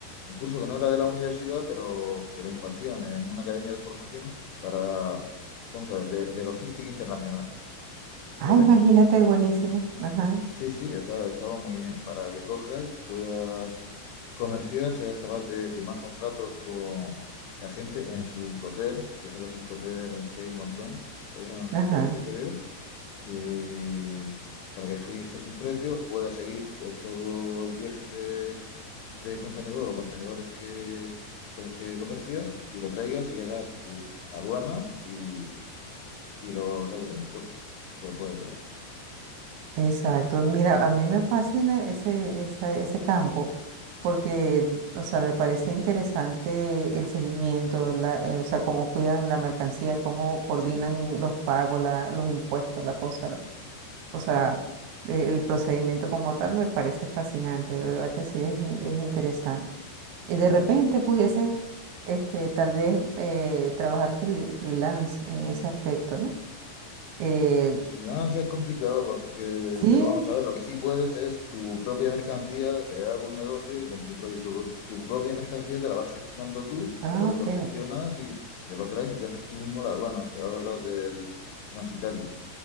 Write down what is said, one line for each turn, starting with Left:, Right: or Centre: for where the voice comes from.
Left: un curso que no era de la universidad, pero que lo impartían en una academia de formación para, vamos a ver, de, de logística internacional,
Right: ah,
Left: que lo tengo.
Right: imagínate, buenísimo. Ajá,
Left: Sí, sí, estaba, estaba muy bien. Para que cojas, puedas comerciar, seas capaz de firmar contratos con la gente en su Incoterm, que son los Incoterms que hay un montón, eran
Right: ajá.
Left: 13 creo, y para que fijes un precio, puedas seguir to- todo el viaje del, del contenedor o contenedores que, con los que comercias y lo traigas y hagas tu aduana y, y lo saques en el puerto, y te lo puedas llevar.
Right: Exacto. Mira, a mí me fascina ese, esa- ese campo porque, o sea, me parece interesante el seguimiento, la, eh, o sea, cómo cuidan la mercancía, cómo coordinan
Left: Sí,
Right: los pagos, la- los impuestos, la cosa. O sea, eh, el procedimiento como tal me parece fascinante, de verdad que sí, es, in- es interesante. Y
Left: sí,
Right: de repente
Left: sí, sí. sí.
Right: pudiese, este, tal vez, eh, trabajar free- freelance en ese aspecto, ¿no? Eh,
Left: Freelance es complicado porque,
Right: sí,
Left: pero vamos a ver, lo que sí puedes es tu propia mercancía, crear un negocio y con tu, pro- tu, tu propia mercancía te la vas gestionando tú,
Right: ah,
Left: te la autogestionas
Right: ok,
Left: y te lo traes y te haces tú mismo la aduana, te ahorras el transitario,